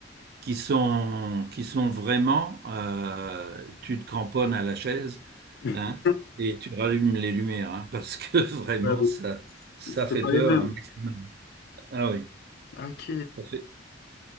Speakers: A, on the right; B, on the left.
A: qui sont, qui sont vraiment, euh, tu te cramponnes à la chaise,
B: Mm.
A: hein, et tu rallumes les lumières, hein, parce que <laughs> vraiment,
B: Ouais, donc,
A: ça, ça
B: c'est
A: fait
B: c'est pas
A: peur
B: les mêmes.
A: un maximum. Ah oui,
B: Ok.
A: ça fait.